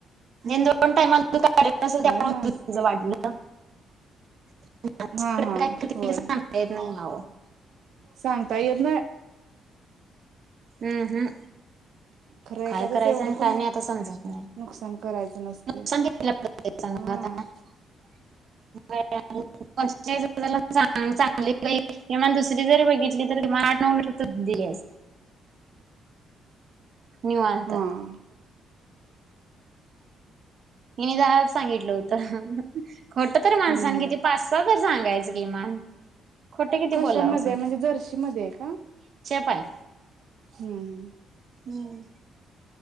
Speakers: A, on the right; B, on the right.
A: निंदोन टाईमल काय नल त्या
B: काय माणस
A: वाटलं <inaudible> सांगता
B: हा हा होय
A: येत नई. <unintelligible>
B: सांगता येत नाय.
A: अं हम्म.
B: खरं
A: काय
B: एखाद्याच
A: करायचं
B: एवढंपन
A: आणि काय
B: नुक
A: नाही आता समजत नाही
B: नुकसान करायचं नसतयं
A: नुकसान केलं पाहिजे सांगा
B: हां.
A: आता <inaudible> चांगली <inaudible> किंवा दुसरी जरी बघ तली तर <unintelligible> दिली अस निवांत.
B: हा हम्म
A: मी जा सांगिटलं होतं. खोटंतर माणसांनी
B: हम्म
A: किती पाचसा तर सांगायचं किमान. खोटे किती
B: कशा
A: बोलावं
B: मध्ये आय म्हणजे जर्शी मध्येय का?
A: <unintelligible> पाय.
B: हम्म् हम्म.
A: हम्म.